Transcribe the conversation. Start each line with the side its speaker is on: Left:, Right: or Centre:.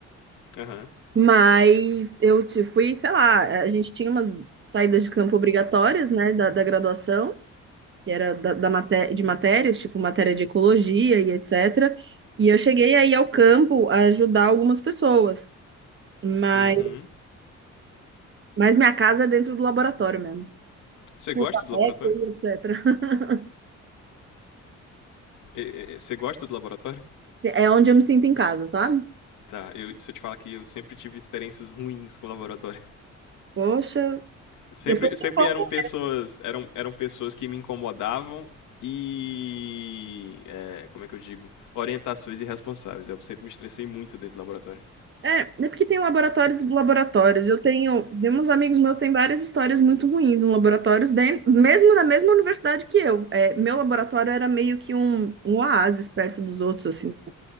Left: Aham.
Right: Mas eu te fui, sei lá, a gente tinha umas saídas de campo obrigatórias, né, da, da graduação, que era da, da maté de matérias, tipo matéria de ecologia e etc. E eu cheguei aí ao campo a ajudar algumas pessoas, mas,
Left: Uhum.
Right: mas minha casa é dentro do laboratório mesmo.
Left: Você
Right: curta
Left: gosta de laboratório?
Right: eco, etc. <laughs>
Left: E- e- e- Você gosta do laboratório?
Right: É onde eu me sinto em casa, sabe?
Left: Tá, eu, se eu te falar que eu sempre tive experiências ruins com o laboratório.
Right: Poxa,
Left: Sempre,
Right: depois
Left: sempre
Right: tem pouco.
Left: eram pessoas. Eram, eram pessoas que me incomodavam e. é, como é que eu digo? Orientações irresponsáveis. Eu sempre me estressei muito dentro do laboratório.
Right: É, é porque tem laboratórios e laboratórios. Eu tenho, tem uns amigos meus têm várias histórias muito ruins em laboratórios, dentro, mesmo na mesma universidade que eu. É, meu laboratório era meio que um, um oásis perto dos outros, assim.